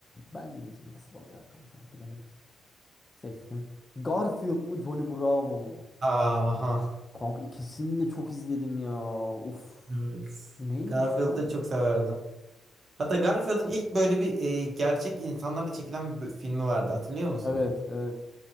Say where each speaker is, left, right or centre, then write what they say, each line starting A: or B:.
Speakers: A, on the left (about 25°); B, on the right (about 55°).
A: Bence de Kim Possible ya kanka. Bilemedim. Seçtim. Garfield mı Johnny Bravo mu?
B: Aha.
A: Kanka ikisini de çok izledim ya. Uf.
B: Evet.
A: Bu neymiş
B: Garfield'ı
A: lan?
B: da çok severdim. Hatta Garfield'ın ilk böyle bir e, gerçek insanlarla çekilen bir filmi vardı hatırlıyor musun?
A: Evet, evet.